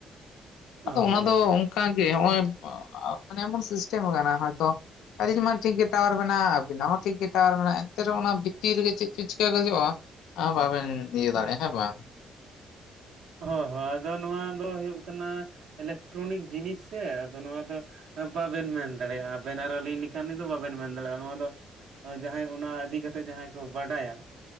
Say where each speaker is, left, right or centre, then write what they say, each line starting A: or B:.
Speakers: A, on the right; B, on the left.
A: ᱦᱳᱭ
B: ᱟᱫᱚ ᱚᱱᱟ
A: ᱦᱳᱭ
B: ᱫᱚ ᱚᱱᱠᱟ ᱜᱮ ᱦᱚᱜᱚᱭ ᱢᱟᱱᱮ ᱮᱢᱚᱱ ᱥᱤᱥᱴᱮᱢ ᱠᱟᱱᱟ ᱦᱚᱭᱛᱚ ᱟᱹᱞᱤᱧ ᱢᱟ ᱴᱷᱤᱠ ᱜᱮ ᱴᱟᱣᱟᱨ ᱢᱮᱱᱟᱜ-ᱟ ᱟᱵᱤᱱᱟᱜ ᱦᱚᱸ ᱴᱷᱤᱠ ᱜᱮ ᱴᱟᱣᱟᱨ ᱢᱮᱱᱟᱜ-ᱟ ᱮᱱᱛᱮ ᱨᱮᱦᱚᱸ ᱚᱱᱟ ᱵᱷᱤᱛᱤᱨ ᱨᱮᱜᱮ ᱪᱮᱫ ᱪᱚ ᱪᱤᱠᱟᱹ ᱜᱚᱫᱚᱜ-ᱟ ᱟ ᱵᱟᱵᱮᱱ ᱤᱭᱟᱹ ᱫᱟᱲᱮᱭᱟᱜ-ᱟ ᱦᱮᱸ ᱵᱟᱝ᱾
A: ᱦᱚᱸ ᱦᱚᱸ ᱟᱫᱚ ᱱᱚᱣᱟ ᱫᱚ ᱦᱩᱭᱩᱜ ᱠᱟᱱᱟ ᱤᱞᱮᱠᱴᱨᱚᱱᱤᱠ ᱡᱤᱱᱤᱥ ᱥᱮ ᱟᱫᱚ ᱱᱚᱣᱟ ᱫᱚ ᱵᱟᱵᱮᱱ ᱢᱮᱱ ᱫᱟᱲᱮᱜ-ᱟ ᱟᱵᱮᱱ ᱟᱨ ᱟᱹᱞᱤᱧ ᱞᱮᱠᱟᱱᱤᱡ ᱫᱚ ᱵᱟᱵᱮᱱ ᱢᱮᱱ ᱫᱟᱲᱮᱜ-ᱟ ᱱᱚᱣᱟ ᱫᱚ ᱡᱟᱦᱟᱸᱭ ᱚᱱᱟ ᱤᱫᱤ ᱠᱟᱛᱮᱜ ᱡᱟᱦᱟᱸᱭ ᱠᱚ ᱵᱟᱰᱟᱭᱟ